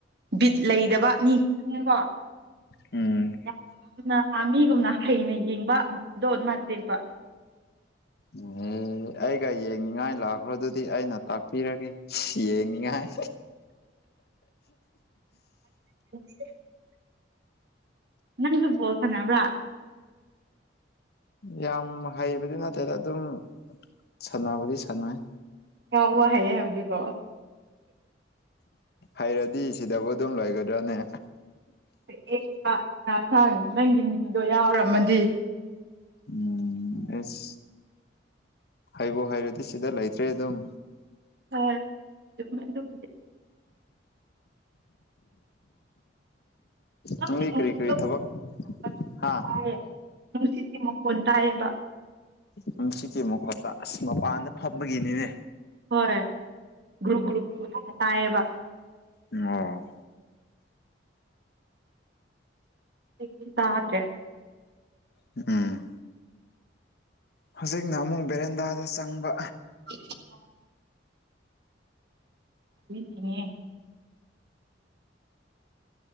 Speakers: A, on the right (about 60°); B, on the left (about 55°).
A: ꯕꯤꯠ ꯂꯩꯗꯕ ꯃꯤ ꯈꯪꯉꯦꯀꯣ
B: ꯎꯝ
A: ꯌꯥꯝꯅ ꯃꯤꯒꯨꯝꯅ ꯍꯩꯅ ꯌꯦꯡꯕꯗꯣ ꯅꯠꯇꯦꯕ
B: ꯏꯡꯍꯦ ꯑꯩꯒ ꯌꯦꯡꯅꯤꯡꯉꯥꯏ ꯂꯥꯛꯈ꯭ꯔꯣ ꯑꯗꯨꯗꯤ ꯑꯩꯅ ꯇꯥꯛꯄꯤꯔꯒꯦ ꯌꯦꯡꯅꯤꯡꯉꯥꯏ
A: <unintelligible> ꯅꯪꯁꯨ ꯕꯣꯜ ꯁꯥꯟꯅꯕ꯭ꯔꯥ
B: ꯌꯥꯝ ꯍꯩꯕꯗꯤ ꯅꯠꯇꯦꯗ ꯑꯗꯨꯝ ꯁꯥꯟꯅꯕꯗꯤ ꯁꯥꯟꯅꯩ
A: ꯀꯥꯎꯕ ꯍꯩꯌꯦ ꯍꯥꯏꯕꯗꯤꯀꯣ
B: ꯍꯩꯔꯗꯤ ꯁꯤꯗꯕꯨ ꯑꯗꯨꯝ ꯂꯣꯏꯒꯗ꯭ꯔꯣꯅꯦ
A: <unintelligible> ꯅꯪꯒꯤ ꯃꯤꯡꯗꯣ ꯌꯥꯎꯔꯝꯃꯗꯤ
B: ꯎꯝ ꯑꯦꯁ ꯍꯩꯕꯨ ꯍꯩꯔꯗꯤ ꯁꯤꯗ ꯂꯩꯇ꯭ꯔꯦ ꯑꯗꯨꯝ
A: ꯍꯣꯏ ꯗꯨꯃꯥꯏ ꯗꯨꯝ ꯅꯪꯒꯤ
B: ꯅꯪꯗꯤ
A: ꯅꯨꯡꯁꯤꯕ
B: ꯀꯔꯤ ꯀꯔꯤ ꯊꯕꯛ
A: ꯃꯈꯣꯟ
B: ꯍꯥꯥ
A: ꯇꯥꯏꯌꯦ ꯅꯨꯡꯁꯤꯠꯀꯤ ꯃꯈꯣꯟ‌ ꯇꯥꯏꯑꯦꯕ
B: ꯅꯨꯡꯁꯤꯠꯀꯤ ꯃꯈꯣꯠ ꯇꯥ ꯑꯁ ꯃꯄꯥꯟꯗ ꯐꯝꯕꯒꯤꯅꯤꯅꯦ
A: ꯍꯣꯏ ꯒ꯭ꯔꯨꯞ ꯒ꯭ꯔꯨ ꯒ꯭ꯔꯨ ꯒ꯭ꯔꯨ ꯇꯥꯏꯑꯦꯕ
B: ꯑꯣ
A: ꯑꯩꯀꯤꯟ ꯇꯥꯗ꯭ꯔꯦ
B: ꯎꯝ ꯍꯧꯖꯤꯛꯅ ꯑꯃꯨꯛ ꯕꯦꯔꯦꯟꯗꯥꯗ ꯆꯪꯕ
A: ꯑꯣ ꯍꯨꯏꯅꯦꯍꯦ